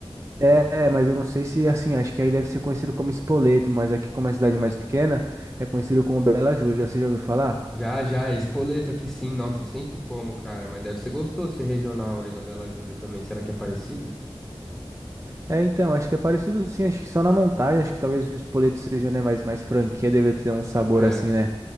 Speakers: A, on the right; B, in the centre.
A: é, é, mas eu não sei se, assim, acho que aí deve ser conhecido como espoleto, mas aqui como é uma cidade mais pequena, é conhecido como Bela Júlia. Você já ouviu falar?
B: Já, já, é espoleto aqui sim. Nossa, eu sempre como, cara, mas deve ser gostoso esse regional aí da Bela Júlia também. Será que é parecido?
A: É, então, acho que é parecido sim, acho que só na montagem, acho que talvez o espoleto seja, né, mais, mais franquia, deve ter um sabor
B: É,
A: assim, né,